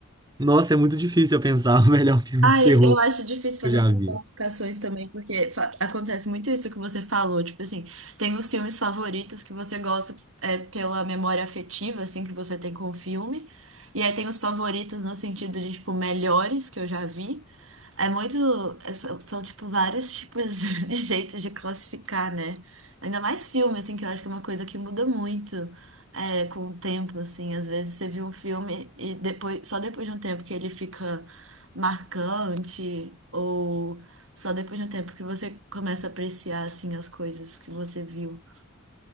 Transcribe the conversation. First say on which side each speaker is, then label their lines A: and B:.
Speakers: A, on the right; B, on the right.
A: nossa, é muito difícil eu pensar <laughs> o melhor filme
B: Ai,
A: de terror
B: eu acho difícil fazer
A: que eu já
B: essas
A: vi.
B: classificações também, porque fa- acontece muito isso que você falou. Tipo assim, tem os filmes favoritos que você gosta é, pela memória afetiva, assim, que você tem com o filme. E aí tem os favoritos no sentido de, tipo, melhores que eu já vi. É muito. é, São, são, tipo, vários tipos <laughs> de jeitos de classificar, né? Ainda mais filme, assim, que eu acho que é uma coisa que muda muito é, com o tempo, assim. Às vezes você viu um filme e depois, só depois de um tempo que ele fica marcante, ou só depois de um tempo que você começa a apreciar, assim, as coisas que você viu.